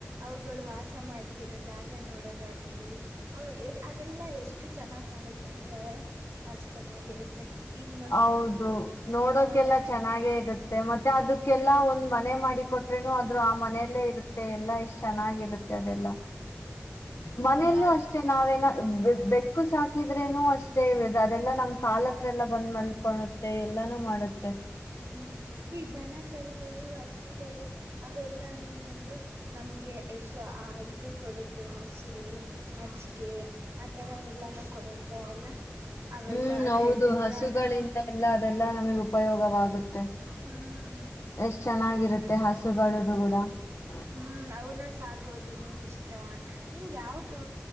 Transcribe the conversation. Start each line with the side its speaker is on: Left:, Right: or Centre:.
Right: ಅವುಗಳು ವಾಸ ಮಾಡ <unintelligible> ಕೂತಿರು ಜಾಗ ನೋಡೋದಾಗ್ಲಿ ಅವ ಏಜ್ ಅದೆಲ್ಲ ಎಷ್ಟು? <unintelligible> ಚೆನ್ನಾಗ ಕಾಣುತ್ತೆ ಅಂದ್ರೆ ಅಷ್ಟ ಚೆನ್ನಾಗಿರುತ್ತೆ ಈಗ <unintelligible>
Left: ಹೌದು ನೋಡೋಕೆಲ್ಲಾ
Right: ಅಹ
Left: ಚೆನ್ನಾಗಿ ಇರುತ್ತೆ ಮತ್ತೆ ಅದಕ್ಕೆಲ್ಲಾ ಒಂದ್ ಮನೆ ಮಾಡಿ ಕೊಟ್ರೇನು ಆದ್ರರು ಆ ಮನೆಯಲ್ಲೇ ಇರುತ್ತೆ. <unintelligible> ತೆ ಎಲ್ಲಾ ಇಷ್ಟ ಚೆನ್ನಾಗಿರುತ್ತೆ ಅದೆಲ್ಲ ಮನೆಯಲ್ಲೂ
Right: ಈಗ
Left: ಅಷ್ಟೇ ನಾವೇನ ಬೇ ಬೆಕ್ಕು ಸಾಕಿದ್ರೇನು ಅಷ್ಟೇ ಅದೆಲ್ಲಾ ನಮ್ಮ ಕಾಲ ಹತ್ರ ಎಲ್ಲ <unintelligible> ಬಂದ್ ಮಲ್ಕೊಳ್ಳುತ್ತೆ ಎಲ್ಲಾನು ಮಾಡುತ್ತೆ.
Right: ಹ್ಮ್ ಈ ದನ ಕರುಗಳು ಹಸುಗಳು ಅವೆಲ್ಲಾ ನೋಡು ನಮ್ಗೆ ಎಷ್ಟ <unintelligible> ಆ ಇದು ಕೊಡುತ್ತೆ ಮೊಸರು ಮಜ್ಜಿಗೆ ಆ ತರ ಎಲ್ಲಾನೂ ಕೊಡುತ್ತ ಅಲ್ಲ ಅವೆಲ್ಲ
Left: ಹೂ
Right: ಆದ್ರೆ
Left: ಹೌದು
Right: ಅದ್ರಿಂದ
Left: ಹಸುಗಳಿಂದ
Right: ನಮ್
Left: ಎಲ್ಲಾ? ಲ್ಲ ನಮಗೆ ಉಪಯೋಗವಾಗುತ್ತೆ
Right: ಹ್ಮ್
Left: ಎಷ್ಟ ಚೆನ್ನಾಗಿ ಇರುತ್ತೆ ಹಸುಗಳದು ಗೂಡ <unintelligible>
Right: ಹೂ ಅವನ ಸಾಕೋದು ಇಷ್ಟ ನಿಂಗ ಯಾವದು